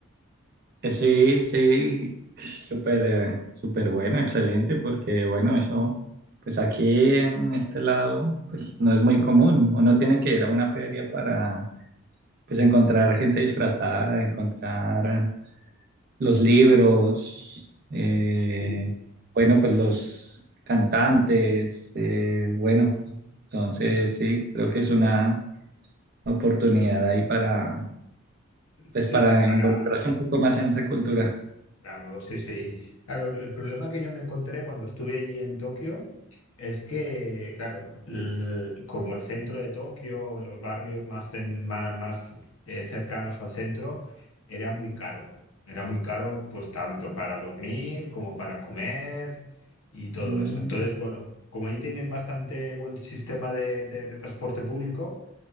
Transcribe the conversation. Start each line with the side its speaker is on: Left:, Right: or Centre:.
Right: Eh, Sí, sí, súper, eh, súper bueno, excelente, porque bueno, eso, pues aquí en este lado, pues no es muy común. Uno tiene que ir a una feria para, pues encontrar
Left: Sí, sí,
Right: gente disfrazada, encontrar los libros, eh,
Left: sí.
Right: bueno, pues los cantantes, eh, bueno, entonces
Left: Ujú.
Right: sí, creo que es una oportunidad ahí para, pues
Left: Sí,
Right: para
Left: sí, para,
Right: involucrarse un poco más en esa cultura.
Left: Claro, sí, sí. Claro, el problema que yo me encontré cuando estuve allí en Tokio es que, claro, el- como el centro de Tokio, los barrios más, cen- ma- más, eh, cercanos al centro, era muy caro. Era muy caro, pues tanto para dormir como para comer y todo
Right: Mm,
Left: eso. Entonces, bueno, como allí tienen bastante buen sistema de de- de transporte público,